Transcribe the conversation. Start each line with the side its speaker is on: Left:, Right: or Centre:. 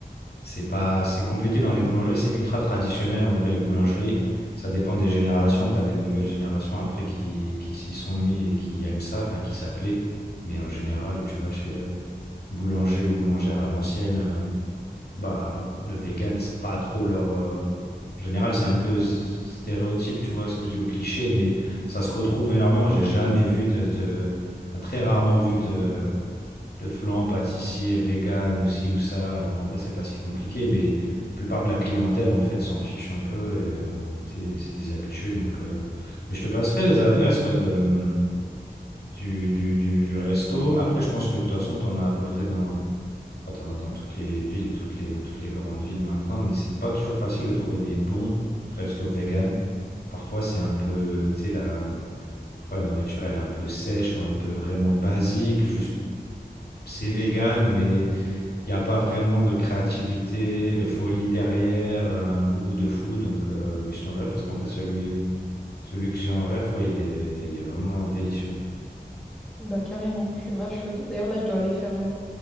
Left: c'est pas, c'est compliqué dans les boulangeries, c'est ultra traditionnel en vrai, les boulangeries. Ça dépend des générations, tu as des nouvelles générations après qui, qui s'y sont mis et qui aiment ça, enfin qui s'appelaient. Mais en général, tu vas chez euh, boulanger ou boulangère à l'ancienne. euh, bah, le vegan, c'est pas trop leur. euh, En général, c'est un peu stéréotype, tu vois, ce que je dis, ou cliché, mais ça se retrouve énormément. J'ai jamais vu, de, de- enfin, très rarement vu de, de flan pâtissier vegan ou ci ou ça, alors qu'en vrai, c'est pas si compliqué, mais la plupart de la clientèle, en fait, s'en fiche un peu et euh, c'est c'est des habitués, donc. euh. Mais je te passerai les adresses ouais, de, euh, du, du, du, du resto. Après, je pense que de toute façon, t'en as à peu près dans bah, t'en as dans toutes les villes et toutes les, toutes les grandes villes maintenant, mais c'est pas toujours facile de trouver des bons restos vegan. Parfois, c'est un peu, tu sais, la... Parfois, la nourriture, elle est un peu sèche ou un peu vraiment basique. Juste, c'est vegan, mais il n'y a pas vraiment de créativité, de folie derrière, euh, un goût de fou. Donc, euh, mais je t'enverrai parce qu'en vrai, celui, celui que j'ai en rêve, ouais, il est, il est vraiment délicieux.
Centre: Bah carrément, je suis grave chaude. D'ailleurs là, je dois aller faire euh,